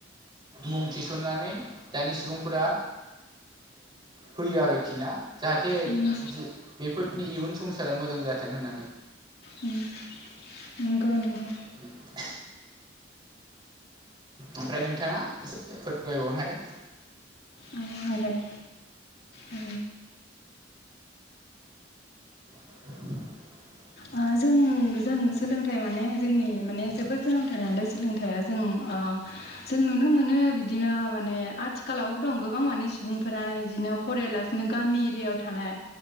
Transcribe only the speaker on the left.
उम
उम। नंगौ नोंगौ।
आंओ हागोन। उ।
ओ जों। जों सोलोंथाइ माने जोंनि माने जोबोद गोनांथारदों सोलोंथाइया जोंनि ओ जों नुनो मोनो बिदिनो माने आथिखालावबो दं गोबां माने सुबुंफोरानो बिदिनो। फरायालासिनो गामि एरियायाव थानाय